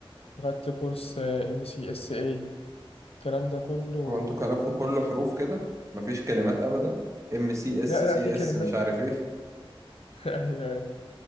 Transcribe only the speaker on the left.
خدت كورس ام سي اس اي الكلام ده كله
لا
لا في كلمات
<laughs> ايوه أيوة.